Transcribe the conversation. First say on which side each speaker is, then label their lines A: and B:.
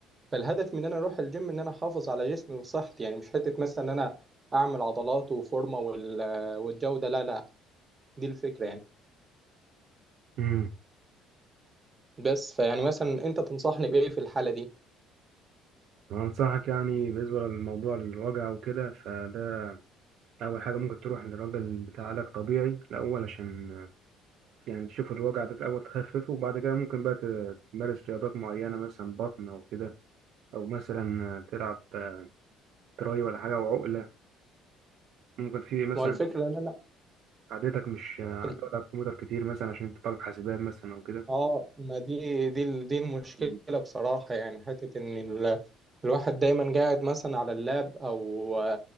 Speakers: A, on the right; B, on the right.
A: فالهدف من ان انا اروح الجيم ان انا احافظ على جسمي وصحتي يعني مش حتة مثلا ان انا اعمل عضلات وفورمة وال... والجودة لا لا دي الفكرة يعني
B: مم.
A: بس فيعني مثلا انت تنصحني بايه في الحالة دي؟
B: وأنصحك يعني بالنسبة للموضوع الوجع وكده فده أول حاجة ممكن تروح لراجل بتاع علاج طبيعي الأول عشان آه، يعني تشوف الوجع ده الأول تخففه وبعد كده ممكن بقى ت- تمارس رياضات معينة مثلا بطن أو كده أو مثلا آه، تلعب آه، تراي ولا حاجة وعقلة ممكن في مثلا
A: ما هو الفكرة ان
B: عادتك مش آه،
A: الف-
B: تقعد على الكمبيوتر كتير مثلا عشان أنت طالب حاسبات مثلا أو كده
A: اه ما دي دي ال- دي المشكله
B: مم.
A: بصراحه يعني حته ان ال... الواحد دايما قاعد مثلا على اللاب او